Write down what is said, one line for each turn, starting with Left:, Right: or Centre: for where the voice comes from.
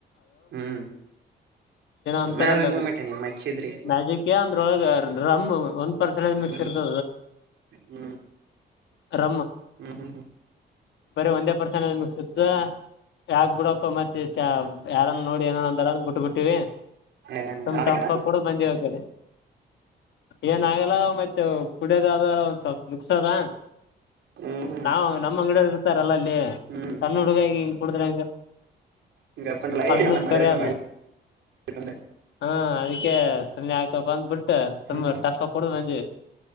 Right: ಹ್ಮ್
Left: ಅಂತಲ್ಲ
Right: ಮ್ಯಾಜಿಕ್ ಮೂಮೆಂಟ್ ನಿಮ್ ಹಚ್ಚಿದ್ರಿ
Left: ಮ್ಯಾಜಿಕ್ ಅಂದ್ರ ರ ಒಂದ ಪರ್ ಮಿಕ್ಸ್
Right: ಹ್ಮ್
Left: ಇರ್ತ
Right: ಹ್ಮ್
Left: ರ
Right: ಹ್ಮ್ ಹ್ಮ್
Left: ಬರೀ ಒಂದೇ ಪರ್ಸನ್ ಅಲ್ಲಿ ಮುಕ್ಸುತ್ತ ಯ ಗುಡಪ್ಪ ಮತ್ತೆ ಚ ಯಾರನ್ನ ನೋಡಿ ಏನ ಅಂದಾರ ಬಿಟ್ಟ ಬಿಟ್ಟಿವ
Right: ಹ್ಮ್
Left: ತಮ
Right: ಅದಕ್ಕೆ
Left: ಟಮಪ್ಸ್ ಕೂಡ ಬಂದಿವವಿ ಒಗಡೆ ಏನ ಆಗಲ್ಲ ಮತ್ತ ಕುಡಿಯೋದ ಅ ಒಂದ ಸ್ವಲ್ಪ ಮುಕ್ಸದ
Right: ಹ್ಮ್ ಹ್ಮ್
Left: ನಾವ್ ನಮ್ಮ್ ಅಂಗಡಿಯ ಲ್ಲ ಅಲ್ಲಿ
Right: ಹ್ಮ್
Left: ಸಣ್ಣ ಹುಡುಗ ನ್ ಕುಡುದ್ರಂಗ
Right: ಹಿಂಗ ಅಪ್ಪಲ್ಲ
Left: ಅದನ್ನು
Right: ಎಲ್ಲ ಮರ್ಯಾದೆ
Left: ಕರಿದ
Right: ಕಮ್ಮಿ ಆಗೈತಂದೆ
Left: ಹಾ ಅದಕ್ಕೆ ಸಮಯ ಆಯಕ ಬಂದ್ ಬಿಟ್ಟು
Right: ಹ್ಮ್
Left: ಸಂಬ ಟಫಾ ಕೂಡ ನಜು